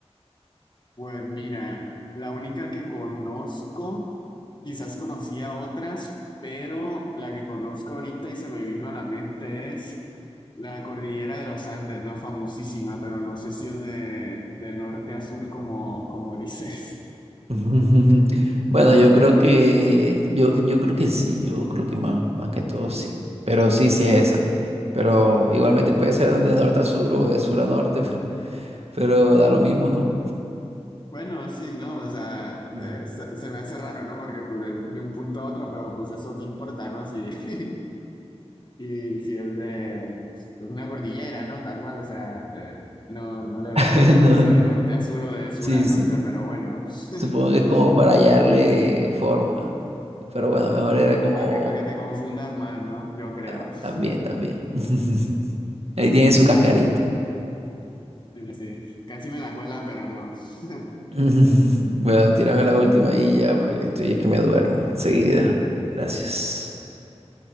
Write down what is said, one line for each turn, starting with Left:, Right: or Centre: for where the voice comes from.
Left: Pues mira, la única que conozco, quizás conocía otras, pero la que conozco ahorita y se me vino a la mente es la cordillera de los Andes, ¿no? Famosísima, pero no sé si es de, de norte a sur como, como <laughs> dices.
Right: <laughs> Bueno, yo creo que yo, yo creo que sí, yo creo que más, más que todo sí. Pero sí, sí es esa. Pero igualmente puede ser
Left: Sí.
Right: de norte a sur o de sur a norte, <laughs> pero, pero da lo mismo, ¿no?
Left: Bueno, sí, ¿no? O sea,
Right: Ujú.
Left: eh, se, se me hace raro, ¿no? Porque pues de, de un punto a otro, pero pues eso qué importa, ¿no? Sí. <laughs> Sí, sí, es de es una cordillera, ¿no? Tal cual, o sea, eh, no, no le veía
Right: <laughs>
Left: relevancia
Right: No, no.
Left: de norte a sur o de sur
Right: sí,
Left: a norte,
Right: sí.
Left: pero bueno.
Right: Supongo
Left: <laughs>
Right: que es como para hallarle forma. Pero bueno, mejor
Left: O
Right: era
Left: bueno,
Right: como
Left: para que, para que te confundas más, ¿no? Yo creo.
Right: ah, también,
Left: <laughs>
Right: también. <laughs> Ahí tiene su cascarita.
Left: Sí, sí. Casi me la cuela, pero no. <laughs>
Right: <laughs> Bueno, tírame la última y ya, porque estoy es que me duermo enseguida. Gracias.